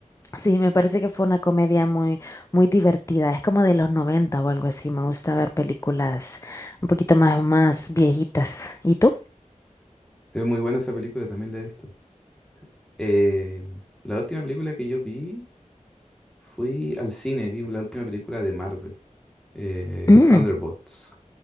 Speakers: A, on the left; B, in the centre.
A: sí, me parece que fue una comedia muy, muy divertida. Es como de los 90 o algo así. Me gusta ver películas un poquito más, más viejitas. ¿Y tú?
B: Es muy buena esa película, también la he visto. Em, la última película que yo vi, fui al cine, vi la última película de Marvel, eh,
A: Mm.
B: Thunderbolts.